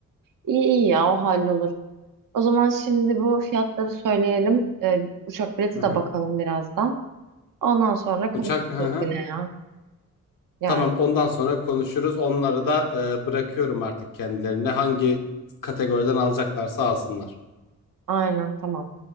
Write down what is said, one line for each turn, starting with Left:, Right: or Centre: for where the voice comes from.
Right: İyi iyi ya o hallolur. O zaman şimdi bu fiyatları söyleyelim. Ee, uçak bileti
Left: Hı hı.
Right: de bakalım birazdan. Ondan sonra konuşuruz
Left: Uçak hı hı.
Right: yine ya. Yani
Left: Tamam ondan sonra konuşuruz. Onları da e, bırakıyorum artık kendilerine. Hangi kategoriden alacaklarsa alsınlar.
Right: aynen tamam.